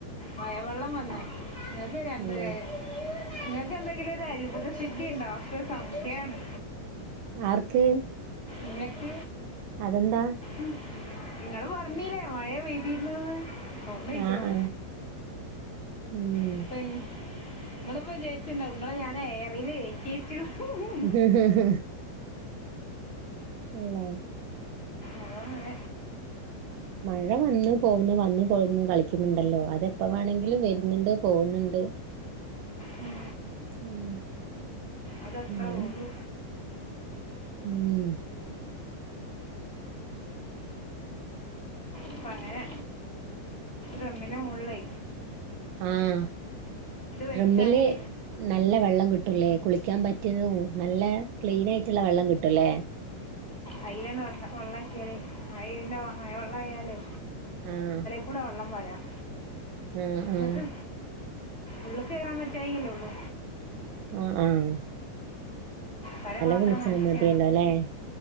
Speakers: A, on the left (about 30°); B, on the right (about 80°).
A: മഴവെള്ളം വന്ന് ഇങ്ങക്ക് രണ്ടു
B: ഉം
A: പേ ഇങ്ങക്ക് എന്തെങ്കിലും ഒരു അത്ഭുത സിദ്ധി ഉണ്ടോ ഇക്ക് ഒരു സംശയാണ്.
B: ആർക്ക്.
A: ഇങ്ങക്ക്.
B: അതെന്താ?
A: ഉം ഇങ്ങള് പറഞ്ഞീല്ലേ മഴ പെയ്തിര്ന്ന്ന്ന് അതോണ്ടോയ്ച്ചതാ.
B: ആഹ് ആഹ് ഉം
A: <unintelligible> ഇങ്ങൾ പ്പൊ വിജാര്ച്ച്ണ്ടാവും ഇങ്ങളെ ഞാൻ എയറിൽ കേറ്റിച്ചന്ന്.
B: ഹ് ഹ് ഹ്. ഇല്ല
A: അതാ മഴ.
B: മഴ വന്നു പോവുന്നു വന്നു പോവുന്നു കളിക്കുന്നുണ്ടല്ലോ അതെപ്പോ വേണങ്കിലും വരുന്നുണ്ട് പോവുന്നുണ്ട്.
A: ഉം.
B: ഉം.
A: അതത്ര
B: ആണ്
A: ഒലു.
B: ഉം.
A: ഇപ്പ അങ്ങനെ റമ്മിന്റെ മോള്ലെ.
B: ആഹ്
A: വെച്ചാല്
B: റമ്മിൽ നല്ല വെള്ളം കിട്ടൂലേ കുളിക്കാൻ പറ്റിയതും നല്ല ക്ലീൻ ആയിട്ടുള്ള വെള്ളം കിട്ടൂല്ലേ
A: അയിലണ്ട വെ വെള്ളം ഒക്കിയാലേ അയിറെ മഴ വെള്ള ആയാലേ
B: ആഹ്
A: കൂടെ വെള്ളം വരാം
B: ആഹ്
A: എന്നിട്ട്
B: ആഹ്
A: ഉള്ള്ക് കയറാൻ പററയില്ലേ ഉള്ളൂ.
B: ആഹ് ആഹ്
A: തല മാത്രം
B: കുളിച്ചാ
A: നനക
B: മതിയല്ലോ അല്ലെ